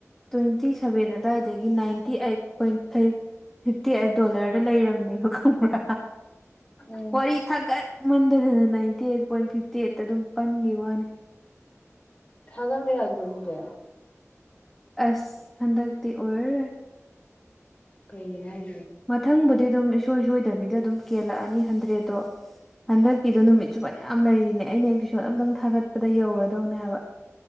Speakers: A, in the centre; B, on the left.
A: ꯇ꯭ꯋꯦꯟꯇꯤ ꯁꯚꯦꯟ ꯑꯗꯨꯋꯥꯏꯗꯒꯤ ninety eight point five fifty eight ꯗꯣꯂꯔꯗ ꯂꯩꯔꯝꯅꯦꯕ ꯈꯪꯕ꯭ꯔ
B: ꯎꯝ
A: ꯋꯥꯔꯤ ꯊꯥꯒꯠꯃꯟꯗꯗꯅ ꯅꯥꯏꯟꯇꯤ ꯑꯩꯠ ꯄꯣꯏꯟ ꯐꯤꯞꯇꯤ ꯑꯩꯠꯇ ꯑꯗꯨꯝ ꯄꯟꯒꯤꯕ ꯋꯥꯅꯦ
B: ꯊꯒꯠꯂꯣ ꯌꯥꯗ꯭ꯔꯣ ꯑꯗꯨꯗꯤ
A: ꯑꯁ ꯍꯟꯗꯛꯇꯤ ꯑꯣꯏꯔꯔꯣꯏ
B: ꯀꯩꯒꯤꯅꯣ ꯍꯥꯏ
A: ꯃꯊꯪꯕꯨꯗꯤ ꯑꯗꯨꯝ ꯏꯁꯣꯏ ꯁꯣꯏꯗꯕꯤꯗ ꯑꯗꯨꯝ ꯀꯦꯜꯂꯛꯑꯅꯤ ꯍꯟꯗ꯭ꯔꯦꯠꯇꯣ ꯍꯟꯗꯛꯀꯤꯗꯣ ꯅꯨꯃꯤꯠ ꯆꯨꯞꯄꯅ ꯌꯥꯝ ꯂꯩꯔꯤꯅꯦ ꯑꯩꯅ ꯑꯦꯄꯤꯁꯣꯠ ꯑꯝꯇꯪ ꯊꯥꯒꯠꯄꯗ ꯌꯧꯔꯗꯧꯅꯦ ꯍꯥꯏꯕ